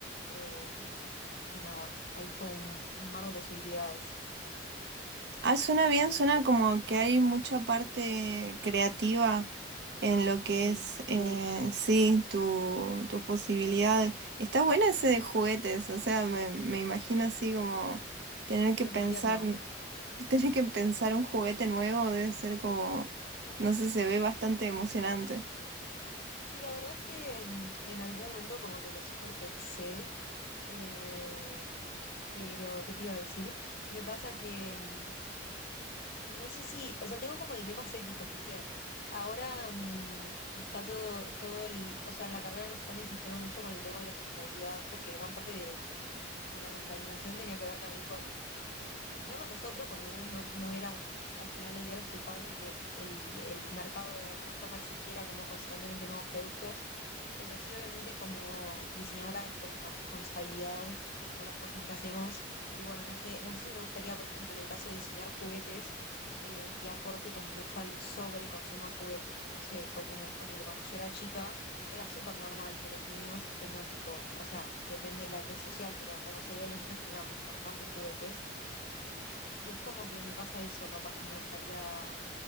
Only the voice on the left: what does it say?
Eh, y nada, hay como un un mar de posibilidades.
Sí,
sí,
es
muy tierno.
Sí, la verdad es que mm, en algún momento como que lo super pensé, eh, pero ¿qué te iba a decir? Me pasa que mm, no sé si, o sea, tengo como dilemas éticos, ¿viste? Ahora mm, está todo, todo el, o sea, en la carrera nos están insistiendo mucho con el tema de la sustentabilidad porque gran parte de, de la contaminación tenía que ver también no con nosotros, porque nosotros no, no éramos al final del día los culpables de que el, el mercado de alguna forma exigiera como constantemente nuevos productos, pero sí obviamente como diseñadora hay como una responsabilidad con las cosas que hacemos. Y bueno, no sé, no sé si me gustaría, por ejemplo, en el caso de diseñar juguetes, eh, que aporte como mucho al sobreconsumo de juguetes. No sé, porque no- ponele, cuando yo era chica era súper normal que los niños tengan tipo, o sea, depende de la clase social, pero la mayoría de los niños tenían bastantes juguetes y es como que me pasa eso, capaz que me gustaría